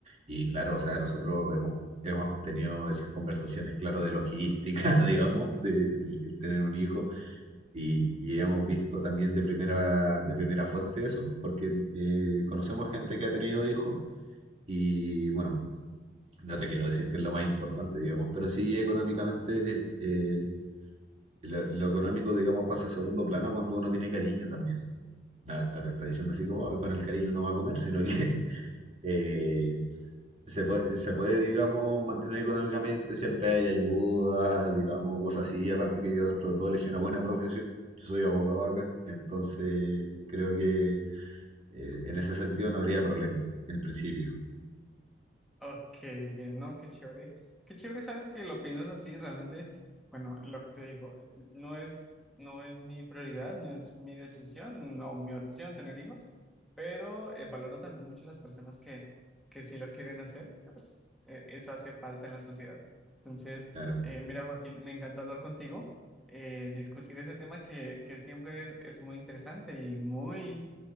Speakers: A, on the right; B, in the centre.
A: Y claro, o sea, nosotros hemos, hemos tenido esas conversaciones, claro, de logística, <laughs> digamos, de el, el tener un hijo. Y, y hemos visto también de primera, de primera fuente eso, porque eh, conocemos gente que ha tenido hijos y bueno, no te quiero decir que es lo más importante, digamos, pero sí económicamente... eh, lo, lo económico, digamos, pasa a segundo plano cuando uno tiene cariño también. No, no te está diciendo así como "Ay, con el cariño uno va a comer, sino que <laughs> eh, se puede, se puede, digamos, mantener económicamente, siempre hay ayuda, digamos, cosas así. Aparte que yo dentro de todo elegí una buena profesión. Yo soy abogado acá, entonces creo que eh, en ese sentido no habría problema, en principio.
B: Ok, bien, ¿no? Qué chévere. Qué chévere, sabes que lo piensas así, realmente, bueno, lo que te digo, no es, no es mi prioridad, no es mi decisión, no mi opción tener hijos, pero eh, valoro también mucho las personas que, que sí lo quieren hacer, porque, pues eh, eso hace falta en la sociedad. Entonces,
A: Claro,
B: eh, mira, Joaquín, me encanta hablar contigo, eh, discutir ese tema que, que siempre es muy interesante y muy,